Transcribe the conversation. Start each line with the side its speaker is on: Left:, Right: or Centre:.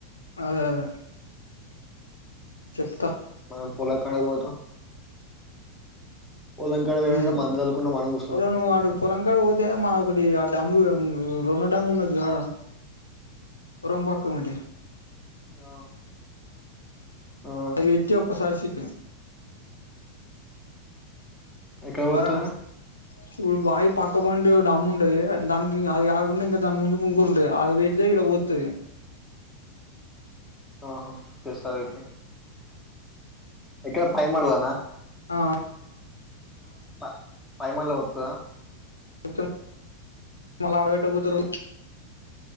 Left: అదే అదే చెప్తా
Centre: మళ్ళా పోలకుండా పోతాం పొలం కాడ పోయినంటే
Left: మ్
Centre: మందు చల్లుకుంటా మనం కూసుంటాం
Left: వాలను ఆడ పొలంకాడ పోతే మా ఒకటి డ్యామ్ కూడా రెండు డ్యామ్ ఉన్నది చూడు పొలం పక్కకి
Centre: ఆ ఆ
Left: అది వెట్టి ఒక్కసారి సట్
Centre: ఎక్కడ కు
Left: సరేనా
Centre: పోతన్నావ్
Left: ఇప్పుడు బావి పక్కపొంట డమ్ ఉంటది దానికి అది కాకుండా ఇంకా దాని ముందు ఇంకకో ఉంటది అది పెడితే ఇక్కడ పోతుంది
Centre: ఆహో తెస్తారైతే ఎక్కడ పై మాడ్లాన
Left: ఆ
Centre: ప పైమాల్లా వత్తుదా
Left: కొంచెం మళ్ళాడ పెట్టపోతుర్రు